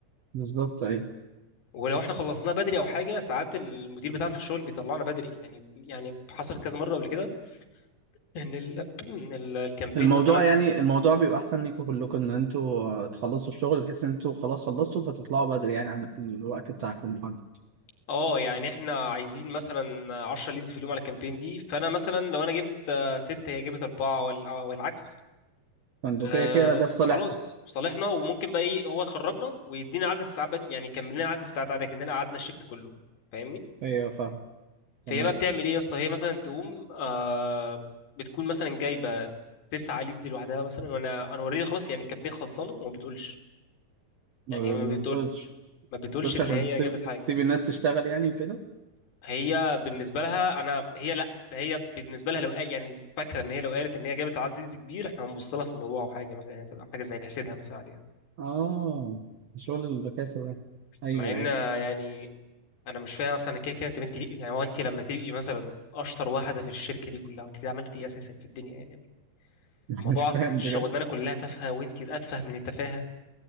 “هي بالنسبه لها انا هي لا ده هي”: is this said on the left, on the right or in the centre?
Left